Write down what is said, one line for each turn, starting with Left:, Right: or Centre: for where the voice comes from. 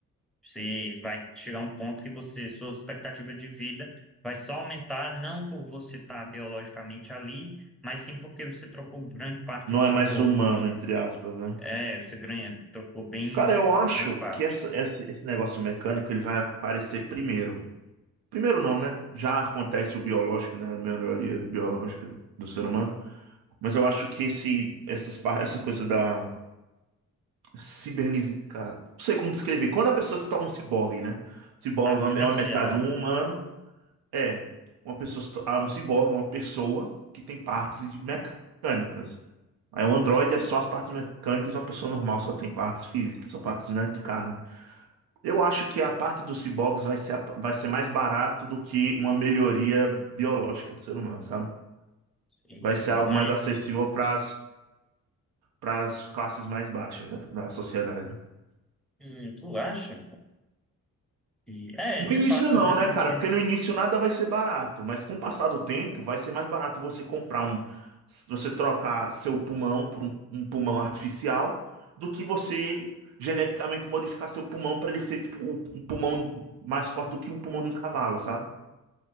Centre: Você vai chegar a um ponto que você, sua expectativa de vida vai só aumentar, não por você estar biologicamente ali, mas sim porque você trocou grande parte
Right: Não
Centre: do seu
Right: é mais
Centre: corpo.
Right: humano, entre aspas, né?
Centre: É, você ganha, trocou bem
Right: Cara, eu acho
Centre: grande parte.
Right: que essa- esse, esse negócio mecânico ele vai aparecer primeiro. Primeiro não, né? Já acontece o biológico, né? A melhoria biológica do ser humano. Mas eu acho que esse, essas, par- essa coisa da cibernética. Não sei como descrever. Quando a pessoa se torna um ciborgue, né? Ciborgue
Centre: Artificial.
Right: é uma metade um humano. É. Uma pessoa, se to- ah, um ciborgue é uma pessoa que tem partes de- mecânicas. Aí um androide
Centre: Uhum.
Right: é só as partes mecânicas, e uma pessoa normal só tem partes físicas, só partes, né, de carne. Eu acho que a parte dos ciborgues vai ser, a- vai ser mais barato do que uma melhoria biológica do ser humano, sabe?
Centre: Sim,
Right: Vai
Centre: sim.
Right: ser algo
Centre: Mas
Right: mais acessível para as classes mais baixas da da sociedade.
Centre: hum, tu acha que... É,
Right: No
Centre: de
Right: início
Centre: fato,
Right: não,
Centre: né?
Right: né,
Centre: Porque
Right: cara? Porque no início nada vai ser barato, mas com o passar do tempo vai ser mais barato você comprar um, você trocar seu pulmão por um, um pulmão artificial, do que você geneticamente modificar seu pulmão para ele ser tipo um um pulmão mais forte do que um pulmão de um cavalo, sabe?